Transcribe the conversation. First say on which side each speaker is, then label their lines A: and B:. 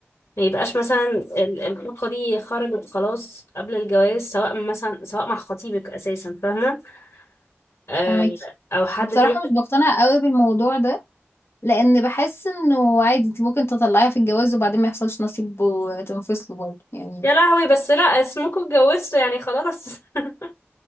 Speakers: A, on the left; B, on the left.
A: ما يبقاش مثلا ال- الطاقة دي خرجت خلاص قبل الجواز سواء مثلا سواء مع خطيبك اساسا فاهمة آه،
B: فاهمكي
A: او حد
B: بصراحه
A: تاني
B: مش بقتنع قوي بالموضوع ده لان بحس انه عادي انت ممكن تطلعيها في الجواز وبعدين ما يحصلش نصيب وتنفصلوا برضه يعني
A: يا لهوي بس لا اسمكوا اتجوزتوا يعني خلاص <laughs>